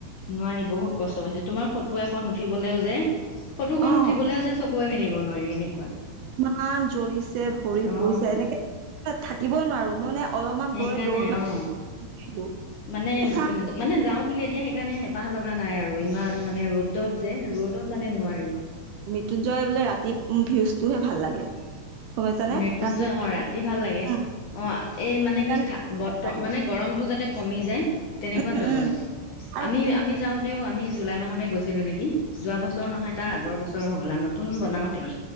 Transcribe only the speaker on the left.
নোৱাৰি বহুত কষ্ট পাইছে তোমাৰ ফটো এখন উঠিবলেও যে ফটোখন
উঠিবলেও যে চকুৱে মেলিব নোৱাৰি এনেকুৱা।
অ
সেইকাৰণে
অ
মানে
মানে যাওঁ বুলি এতিয়া সেইকাৰণে। পাহ লগা নাই আৰু ইমান মানে ৰ'দত যে ৰ'দত মানে নোৱাৰি।
মৃত্যুঞ্জয়
অ ৰাতি ভাল লাগে,
অ এই মানে
কি বত
মানে গৰমতটো যাত- কমি যায় তেনেকুৱাত
যাব
লাগে
আমি
আমি যাওঁতেও আমি জুলাই মাহতে গৈছ ছিলোঁ নিকি? যোৱা বছৰ নহয় তাৰ আগৰ বছৰ হ'বলা নতুন বনাওতেই